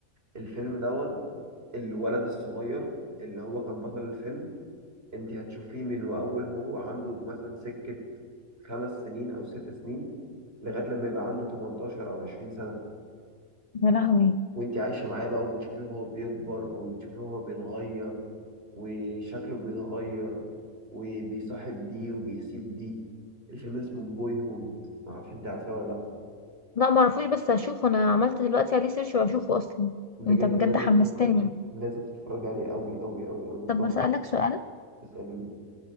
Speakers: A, on the right; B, on the left.
A: الفيلم دون الولد الصغير اللي هو كان بطل الفيلم انت هتشوفيه من واول هو عنده مثلا سكه خمس سنين او ست سنين لغايه لما يبقى عنده 18 او 20 سنه
B: يا لهوي
A: وانت عايشه معاه بقى وبتشوفيه وهو بيكبر وبتشوفيه وهو بيتغير وشكله بيتغير وبيصاحب دي وبيسيب دي الفيلم اسمه بوي هود معرفش انت عارفاه ولا لا
B: لا معرفوش بس هشوفه انا عملت دلوقتي عليه سيرش وهشوفه اصلا
A: بجد
B: انت بجد
A: لازم
B: حمستني
A: لازم تتفرج عليه قوي قوي قوي قوي
B: طب
A: تحفه
B: بسألك سؤال
A: اساليني